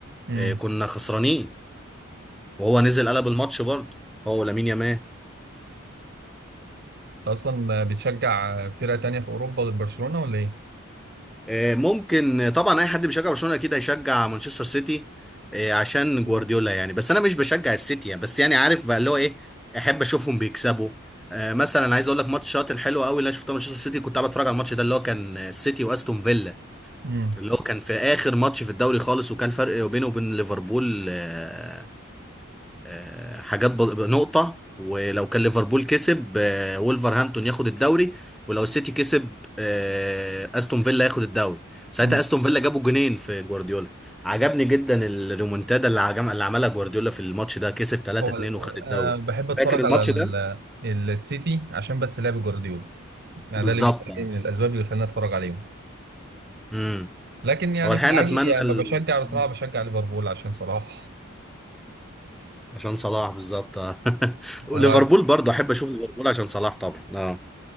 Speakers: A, on the right (about 50°); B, in the centre.
A: امم
B: آه، كنا خسرانين وهو نزل قلب الماتش برضه هو ولامين يامال
A: أصلا بتشجع فرقة تانية في أوروبا غير برشلونة ولا إيه؟
B: آه، ممكن طبعا اي حد بيشجع برشلونه اكيد هيشجع مانشستر سيتي آه، عشان
A: مم.
B: جوارديولا يعني بس انا مش بشجع السيتي يعني بس يعني عارف بقى اللي هو ايه احب اشوفهم بيكسبوا آه، مثلا عايز اقول لك ماتش شاط الحلو قوي اللي انا شفته مانشستر سيتي كنت قاعد اتفرج على الماتش ده اللي هو كان السيتي واستون فيلا
A: امم
B: اللي هو كان في اخر ماتش في الدوري خالص وكان فرق بينه وبين ليفربول آه، آه، حاجات ب... نقطة ولو كان ليفربول كسب آه، وولفرهامبتون ياخد الدوري ولو السيتي كسب آه، استون فيلا ياخد الدوري ساعتها
A: امم
B: استون فيلا جابوا جونين في جوارديولا عجبني جدا الريمونتادا اللي عجم... اللي عملها جوارديولا في الماتش ده كسب 3-2
A: هو ال-
B: وخد الدوري
A: انا بحب اتفرج
B: فاكر الماتش
A: على ال-
B: ده
A: السيتي عشان بس لعب جوارديولا يعني
B: بالظبط
A: ده اللي بيخليني من الاسباب اللي خلاني اتفرج عليهم
B: امم
A: لكن يعني
B: هو الحقيقة
A: في العادي
B: اتمنى
A: لما
B: ال...
A: بشجع بصراحة
B: مم.
A: بشجع ليفربول عشان صلاح
B: عشان صلاح بالظبط آه. <laughs> وليفربول
A: أنا ب-
B: برضه احب اشوف ليفربول عشان صلاح طبعا اه